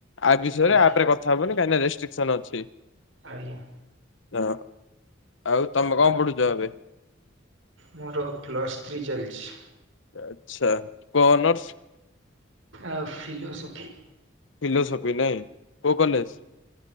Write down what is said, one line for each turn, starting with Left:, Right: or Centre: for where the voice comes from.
Left: ଆପ୍ ବିଷୟରେ
Right: ଓକେ
Left: ଆପରେ କଥା ହବନି କାହିଁକି ରେଷ୍ଟ୍ରିକସନ ଅଛି।
Right: ଆଜ୍ଞା।
Left: ହ ଆଉ ତମେ କଁ ପଢ଼ୁଚ ଏବେ?
Right: ମୋର ପ୍ଲସ୍ ଥ୍ରୀ ଚାଲିଚି।
Left: ଆଚ୍ଛା କୋଉ କନର୍ସ?
Right: ଆ ଫିଲୋସଫି।
Left: ଫିଲୋସଫି ନାଇଁ କୋଉ କଲେଜ୍?